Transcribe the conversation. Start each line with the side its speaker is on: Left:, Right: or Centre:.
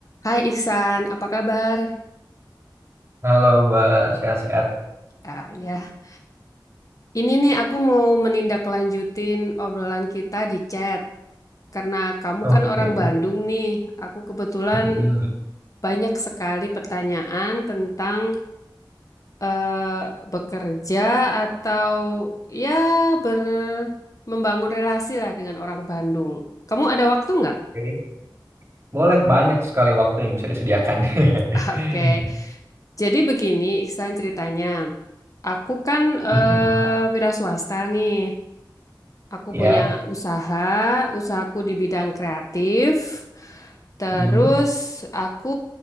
Left: Hai Iksan, apa kabar?
Right: Halo Mbak, sehat-sehat.
Left: Ah, ya, ini nih aku mau menindaklanjutin obrolan kita di chat. Karena kamu
Right: Oke.
Left: kan orang Bandung nih, aku kebetulan
Right: Mm-mm.
Left: banyak sekali pertanyaan tentang eh, bekerja atau ya ber membangun relasi lah dengan orang Bandung. Kamu ada waktu nggak?
Right: Oke. Boleh banyak sekali waktu yang bisa disediakan. <laughs>
Left: <laughs> Oke, jadi begini Iksan ceritanya. Aku kan eh,
Right: Mm-mm.
Left: wira swasta nih. Aku
Right: Ya.
Left: punya usaha, usahaku di bidang kreatif. Terus
Right: Mm.
Left: aku